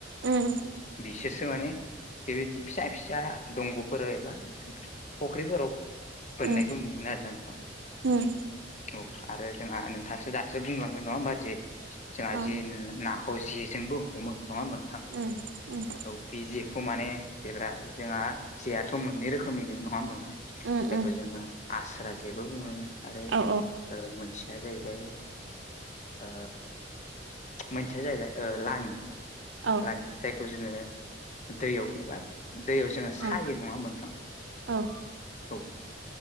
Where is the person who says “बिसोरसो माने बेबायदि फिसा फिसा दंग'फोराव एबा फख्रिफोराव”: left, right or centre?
Left